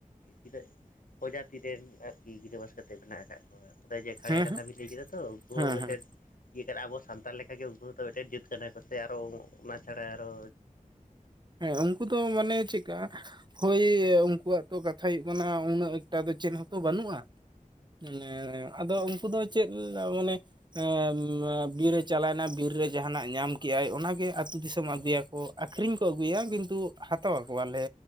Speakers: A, on the left; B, on the right.
A: ᱛᱤᱱᱟᱹᱜ ᱯᱨᱚᱡᱟᱛᱤ ᱨᱮᱱ ᱟᱨᱠᱤ ᱜᱤᱨᱟᱹᱵᱟᱥ, ᱛᱮ ᱢᱮᱱᱟᱜ ᱟᱠᱟᱜ ᱠᱚᱣᱟ ᱚᱱᱟ ᱡᱮ, ᱠᱷᱟᱲᱭᱟ
B: ᱦᱮᱸ
A: ᱠᱟᱛᱷᱟ
B: ᱦᱮᱸ
A: ᱵᱮᱱ ᱞᱟᱹᱭ ᱠᱮᱫᱟ ᱛᱚ ᱩᱱᱠᱩ
B: ᱦᱮᱸ
A: ᱦᱚᱸ ᱢᱤᱫᱴᱮᱱ
B: ᱦᱮᱸ
A: ᱤᱭᱟᱹ ᱠᱟᱱᱟ ᱟᱵᱚ ᱥᱟᱱᱛᱟᱲ ᱞᱮᱠᱟᱜᱮ ᱩᱱᱠᱩ ᱦᱚᱸᱛᱚ ᱢᱤᱫᱴᱮᱱ ᱡᱟᱹᱛ ᱠᱟᱱᱟ ᱠᱚ ᱥᱮ ᱟᱨᱚ ᱚᱱᱟ ᱪᱷᱟᱲᱟ ᱟᱨᱚ
B: ᱦᱮᱸ ᱩᱱᱠᱩ ᱫᱚ ᱢᱟᱱᱮ ᱪᱮᱫᱠᱟ, ᱦᱳᱭ ᱩᱱᱠᱩᱣᱟᱜ ᱛᱚ ᱠᱟᱛᱷᱟ ᱦᱩᱭᱩᱜ ᱠᱟᱱᱟ ᱩᱱᱟᱹᱜ ᱮᱠᱴᱟ ᱫᱚ ᱪᱮᱫ ᱦᱚᱸᱛᱚ ᱵᱟᱹᱱᱩᱜᱼᱟ᱾ ᱢᱟᱱᱮ ᱟᱫᱚ ᱩᱱᱠᱩ ᱫᱚ ᱪᱮᱫ ᱢᱟᱱᱮ, <inaudible> ᱵᱤᱨᱮ ᱪᱟᱞᱟᱣ ᱮᱱᱟ ᱵᱤᱨ ᱨᱮ ᱡᱟᱦᱟᱱᱟᱜ ᱧᱟᱢ ᱠᱮᱜᱼᱟᱭ, ᱚᱱᱟᱜᱮ ᱟᱹᱛᱩ ᱫᱤᱥᱚᱢ ᱟᱹᱜᱩᱭᱟᱠᱚ᱾ ᱟᱹᱠᱷᱨᱤᱧ ᱟᱹᱜᱩᱭᱟ ᱠᱤᱱᱛᱩ ᱦᱟᱛᱣ ᱟᱠᱚ ᱟᱞᱮ